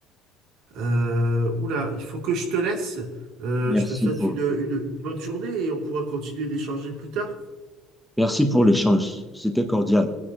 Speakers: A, on the right (about 65°); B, in the centre.
A: Euh, oula, il faut que je te laisse. Euh,
B: Merci
A: je te souhaite
B: pour,
A: une, une une bonne journée et on pourra continuer d'échanger plus tard.
B: merci pour l'échange. C'était cordial.